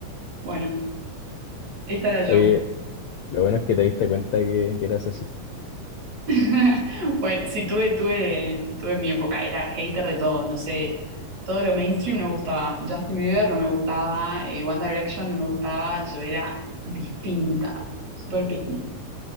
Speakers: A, on the right; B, on the left.
A: Bueno, esta era yo.
B: Oye, lo bueno es que te diste cuenta que, que eras así.
A: <laughs> Bueno, sí, tuve, tuve, tuve mi época, era hater de todo, no sé, todo lo mainstream no me gustaba, Justin Bieber no me gustaba, eh, One Direction no me gustaba, yo era distinta, super pick me.